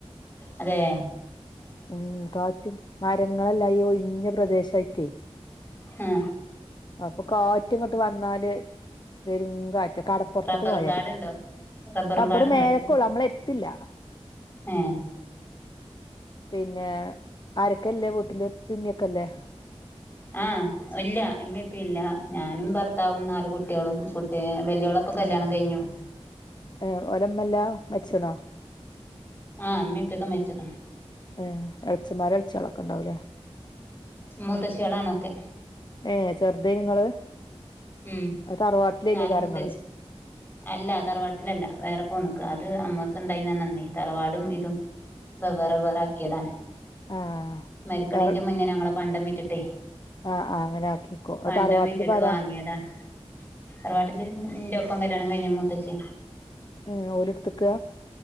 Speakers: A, on the left; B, on the left.
A: അതേ?
B: ഉം കാറ്റും മരങ്ങളെല്ലാ ഈ ഒഴിഞ്ഞ പ്രദേശായ്ട്ടേ.
A: ഹാഹ്.
B: അപ്പൊ കാറ്റ്ങ്ങട്ട് വന്നാല് പെരും കാ റ്റ് കടപ്പൊർത്ത്ക്ക്
A: റബ്ബറും
B: പോയര്ക്ക
A: കാടുണ്ടോ റബ്ബറും
B: റബ്ബറ്
A: കാടുണ്ടോ
B: മേലക്കൊള്ളൂ
A: അടുത്ത്
B: ഞമ്മളെര്ത്തില്ല.
A: ഏഹ്
B: പിന്നെ ആരക്കെ ല്ലേ വീട്ടില് ഇപ്പീമ്മിക്കല്ലേ
A: ആഹ് ഇല്ല ഇമ്മി ഇപ്പല്ല ഞാനും ഭർത്താവും നാല് കുട്ട്യോളും കുട്ടി വല്യാള ഇപ്പ കല്യാണ
B: ഉം
A: കൈയിഞ്ഞു
B: ഏഹ് ഓലെമ്മ ഇല്ലാ മരിച്ചി ണോ
A: ആഹ് അമ്മ ഇപ്പഴക്കും മരിച്ചത
B: ഏഹ് എളച്ചിമാരും എളച്ചകളൊക്കെണ്ടാവൂലേ
A: മൂത്തച്ചിളാണൊക്കെ
B: ഏഹ് ചെറുതേനി നിങ്ങള്
A: ഉം
B: തറവാട്ടിലേ
A: നാല്
B: കാര്യങ്ങൾ
A: മൂത്തച്ചി അല്ല തറവാട്ടിലല്ല വേറെ പോന്ന്ക്ക് അത് അമ്മോസ ഇണ്ടായിനന്ന് തറവാടും ഇതും വെവ്വേറെ വേറാക്കിയതാണ്
B: ആഹ്
A: മരിക്കണീന്റെ
B: വേറെ
A: മുന്നേ ഞങ്ങളെ കണ്ടം വിറ്റിട്ടേ
B: ആഹ് ആഹ് അങ്ങനെ ആക്കിക്കോ
A: പണ്ടം
B: തറവാട്ടിലി
A: വിറ്റിട്ട്
B: ഇപ്പാരാ
A: വാങ്ങിയതാണ് തറവാട്ടില് എന്റെപ്പം കല്യാണകയിഞ്ഞ മൂത്തച്ചി
B: ഏഹ് ഓലെട്ത്ത്ക്ക